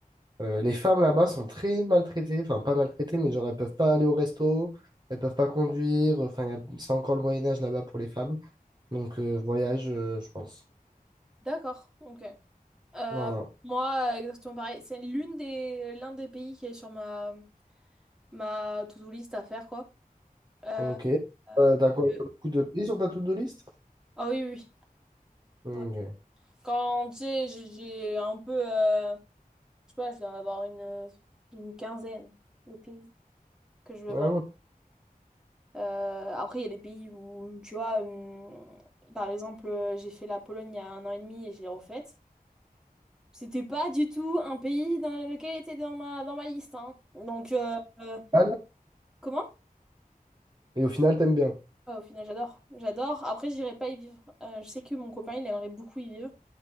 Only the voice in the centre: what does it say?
D'accord, ok. Euh,
moi, euh, exactement pareil. C'est l'une des l'un des pays qui est sur ma ma to-do list à faire quoi. Euh,
euh,
parce
que-
Ah oui, oui.
Ouais. Quand, tu sais, j'ai j'ai un peu... euh, Je sais pas, je dois en avoir une, une quinzaine de pays que je veux
vraiment.
Euh, après, il y a des pays où, tu vois, hum, par exemple, euh, j'ai fait la Pologne il y a un an et demi et je l'ai refaite. C'était pas du tout un pays dans lequel il était dans ma, dans ma liste, hein. Donc, euh, euh,
comment?
Ah, au final, j'adore. J'adore. Après, j'irai pas y vivre. Euh, je sais que mon copain, il aimerait beaucoup y vivre.